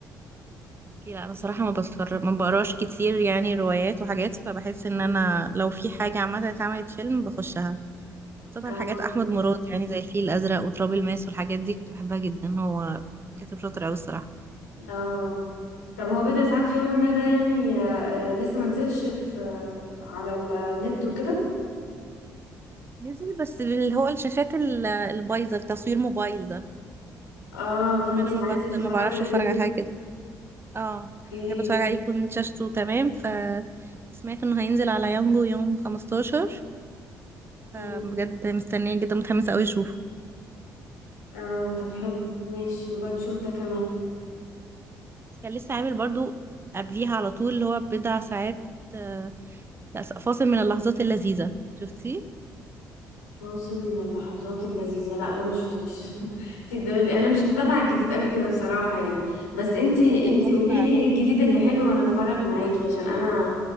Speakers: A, on the right (about 25°); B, on the left (about 80°).
A: اوكي، لا انا صراحة ما بتفرج ما بقراش كتير يعني روايات وحاجات فبحس ان
B: <laughs>
A: انا لو في حاجة عامة اتعملت فيلم بخشها خاصة
B: اه
A: حاجات أحمد مراد يعني زي الفيل الأزرق وتراب الماس والحاجات دي كنت بحبها جدا هو كاتب شاطر أوي الصراحة
B: اه طب هو بضع ساعات في يوم ما ده يعني آه آه لسه منزلش في آه على النت وكده
A: نزل بس اللي هو الشاشات ال- البايظة التصوير موبايل ده
B: اه فانتي
A: فأنا ما
B: عايزة
A: بقت...
B: تتفرجي
A: ما بعرفش
B: عليه
A: أتفرج على حاجة كده اه
B: اوكي
A: بحب أتفرج عليه يكون شاشته تمام ف سمعت إنه هينزل على يانجو يوم 15 فبجد
B: مم.
A: مستنية جدا متحمسة أوي أشوفه
B: اه طب حلو ماشي نبقى نشوف ده كمان
A: كان لسه عامل برضو قبليها على طول اللي هو بضع ساعات آه، لا فاصل من اللحظات اللذيذة شفتيه؟
B: فاصل من اللحظات اللذيذة لا ده مش شفتوش <laughs> انتي ده- انا مش متابعة الجديد قوي كده بصراحة يعني بس انتي
A: ده
B: انتي
A: تحفة
B: قوليلي ايه الجديد اللي حلو وانا اتفرج معاكي عشان انا